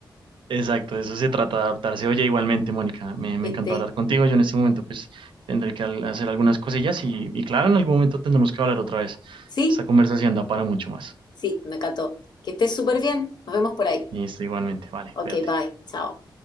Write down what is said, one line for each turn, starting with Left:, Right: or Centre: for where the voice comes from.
Right: Exacto, de eso se trata de adaptarse. Oye, igualmente, Mónica, me, me
Left: Que
Right: encantó
Left: estés,
Right: hablar contigo. Yo en este momento pues tendré que al- hacer algunas cosillas y, y claro, en algún momento tendremos que hablar otra vez.
Left: sí,
Right: Esta conversación da para mucho más.
Left: sí, me encantó. Que estés súper bien, nos vemos por ahí.
Right: Y esto igualmente, vale,
Left: Ok,
Right: cuídate.
Left: bye, chao.